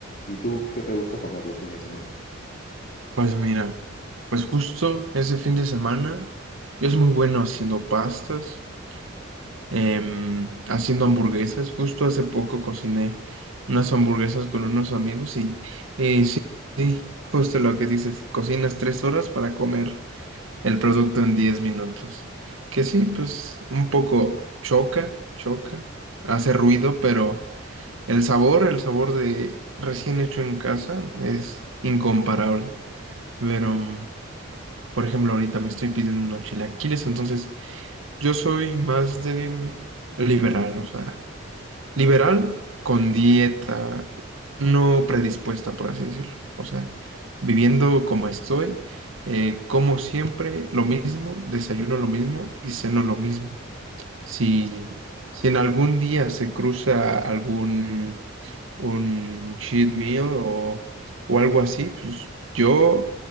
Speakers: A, on the left; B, on the right.
A: ¿Y tú qué te gusta comer los fines de semana?
B: Pues mira, pues justo ese fin de semana yo soy muy bueno haciendo pastas. em, haciendo hamburguesas. Justo hace poco cociné unas hamburguesas con unos amigos y, y sí, justo lo que dices, cocinas tres horas para comer el producto en diez minutos. Que sí, pues un poco choca, choca, hace ruido, pero el sabor, el sabor de recién hecho en casa es incomparable. Pero, por ejemplo, ahorita me estoy pidiendo unos chilaquiles, entonces yo soy más de mm, liberal, o sea, Liberal con dieta no predispuesta, por así decirlo. O sea, viviendo como estoy, eh, como siempre lo mismo, desayuno lo mismo y ceno lo mismo. Si, si en algún día se cruza algún un cheat meal o, o algo así, pues yo,